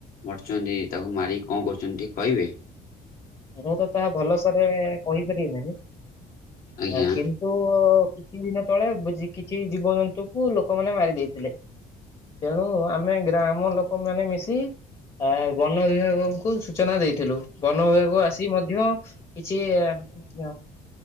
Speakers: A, on the left; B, on the left.
A: ମରୁଛନ୍ତି ତାକୁ ମାରିକି କଣ କରୁଛନ୍ତି କହିବେ।
B: ମୁଁ ତ ତାହା ଭଲସରେ କହିପାରିବି ନାହିଁ
A: ଆଜ୍ଞା
B: ଆ କି ତ କିଛି ଦିନ ତଳେ ବି କିଛି ଜୀବଜନ୍ତୁକୁ ଲୋକମାନେ ମାରି ଦେଇଥିଲେ। ତେଣୁ ଆମେ ଗ୍ରାମ ଲୋକ ମାନେ ମିଶି ଆ ବନ ବିଭାଗଙ୍କୁ ସୂଚନା ଦେଇଥିଲୁ ବନ ବନ ବିଭାଗକୁ ଆସି ମଧ୍ୟ କିଛି ଆ